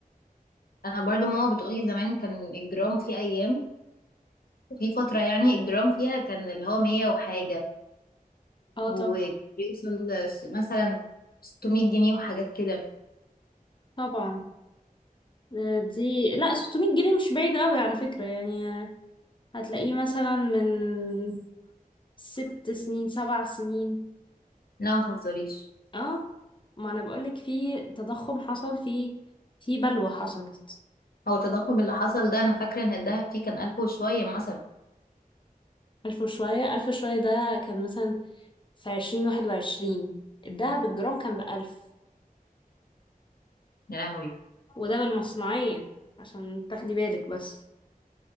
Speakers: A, on the left; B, on the left.
A: انا برضو ماما بتقولي زمان كان الجرام في ايام في فترة يعني الجرام فيها كان اللي هو مية وحاجة
B: اه
A: وبيوصل
B: طبعا
A: س- مثلا 600 جنيه وحاجات كده
B: طبعا آه، دي لا 600 جنيه مش بعيد قوي على فكرة يعني آه، هتلاقيه مثلا من ست سنين سبع سنين
A: لا ما تهزريش
B: اه ما انا بقولك في تضخم حصل في في بلوى حصلت
A: هو التضخم اللي حصل ده أنا فاكرة إن الدهب فيه كان ألف وشوية مثلا
B: ألف وشوية ألف وشوية ده كان مثلا في عشرين واحد وعشرين الدهب الجرام كان بألف
A: يا لهوي
B: وده بالمصنعية عشان تاخدي بالك بس